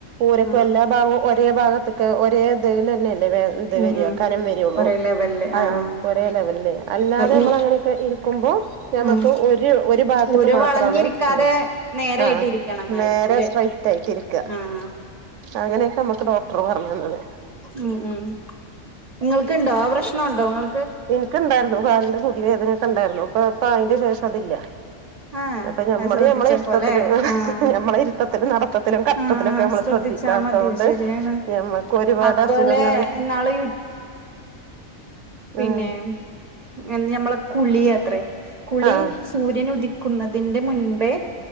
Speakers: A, on the right; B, on the right.
A: ഊരക്കും
B: ആഹ്
A: എല്ലാ ഭാഗവും ഒറ്റ് ഒരേഭാഗത്ത്ക്ക് ഒരേ തീല്ലെന്നെല്ലേ? ദെവെന്ത്
B: ഉം
A: വര
B: ഉം
A: ഘനംവരെയുള്ളും,
B: ഒരേ ലെവലില്
A: അത
B: ആഹ്
A: അ
B: ആഹ്
A: ഒരേ ലെവലിൽ അല്ലാതെനമ്മളങ്ങനെ
B: ഉ
A: എക്കെ ഇരിക്കുമ്പോ ഞമ്മക്ക്
B: ആഹ്
A: ഒരു ഒരു ഒരുഭാഗത്തക്ക്
B: ഉര
A: മാത്രആന്ന്
B: വളഞ്ഞിരിക്കാതെ
A: അ
B: നേരായിട്ട്
A: ആ
B: ഇരിക്കണം എന്നായിരിക്കുംല്ലേ
A: നേരെ സ്ട്രൈറ്റ് ആയിട്ട് ഇരിക്ക
B: ആഹ്
A: അങ്ങനെയെക്കെ നമ്മുക്ക് ഡോക്ടർ പറഞ്ഞന്നത്.
B: ഉം ഉം നിങ്ങൾക്കുണ്ടോ ആ പ്രശ്നം ഉണ്ടോ നിങ്ങൾ
A: എനിക്ക് ഇണ്ടായിരുന്നു കാലിന്റെ പുതിയവേദനയൊക്കെ ഉണ്ടായിരുന്നു, ഇപ്പൊ ഇപ്പ അതിന്റെ ശേഷം അതില്ല.
B: ആഹ്
A: അപ്പൊ ഞമ്മള്
B: അത് ശ്രദ്ധിച്ചപ്പോല്ലേ
A: ഞമ്മളെ ഇരുത്തത്തിലും,
B: ആഹ്
A: ഞമ്മളെ ഇരുത്തത്തിലും, നടത്തത്തിലും, കറത്തത്തിലും,
B: ആഹ്
A: ഒക്കെ നമ്മള്
B: ശ്രദ്ധിച്ചാ
A: ശ്രദ്ധിക്കാത്ത
B: മതി
A: കൊണ്ട്
B: ശരിയാണ്
A: ഞമ്മക്ക് ഒരുപാട്
B: അതുപോലെ
A: അസുഖങ്ങള്.
B: ഇന്നാള് പിന്നെയും
A: ഉം
B: ഇങ്ങ ഞമ്മളെ കുളി യത്ര കുളി
A: ആഹ്
B: സൂര്യനുദി ക്കുന്നതിന്റെ മുൻപേ